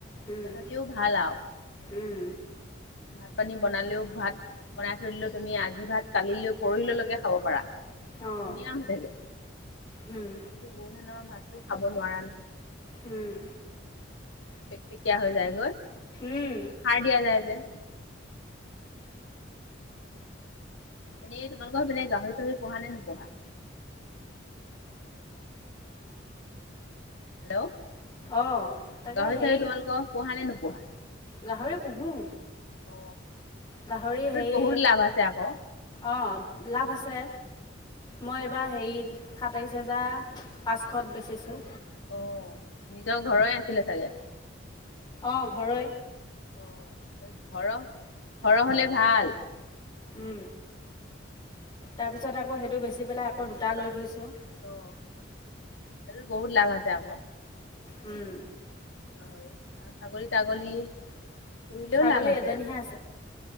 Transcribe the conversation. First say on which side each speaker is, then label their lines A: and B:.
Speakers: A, on the left; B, on the left.
A: উম,
B: তথাপিও ভাল আৰু।
A: উম,
B: ভাত পানী বনালেও ভাত বনাই থৈ দিলোও তুমি আজি ভাত কালিলৈ পৰহিললৈকে খাব পাৰা।
A: অঁ
B: ধুনীয়া হৈ থাকে
A: উম,
B: কিন্তু বড়োধানৰ ভাতটো খাব নোৱাৰা নহয়।
A: উম।
B: পেকপেকীয়া হৈ যায় গৈ,
A: উম,
B: সাৰ দিয়া যায় যে। এনেই তোলোকৰ সেই পিনে গাহৰি চাহৰি পোহা নে নোপোহা? হেল্ল' গাহৰি
A: অঁ তাকে হেৰি
B: চাহৰি তোমালোকৰ পোহা নে নোপোহা?
A: গাহৰি পোহো।
B: অ
A: গাহৰি
B: সেইটোত
A: হেৰি
B: বহুত লাভ আছে আকৌ
A: অ' লাভ আছে। মই এইবাৰ হেৰি সাতাইছ হেজাৰ পাঁচশত বেচিছোঁ।
B: অ' নিজৰ ঘৰৰে আছিলে চাগে?
A: অ' ঘৰৰে।
B: অ' ঘৰৰ ঘৰৰ হ'লে ভাল।
A: ও' তাৰপিছত আকৌ সেইটো বেচি পেলাই আকৌ দুটা লৈ থৈছোঁ।
B: অ' হেইতোট বহুত লাভ আছে আকৌ।
A: উম।
B: গাহৰি আৰু ছাগলী তাগলী পুহিলেও
A: ছাগলী
B: লাভ আছে।
A: এজনীহে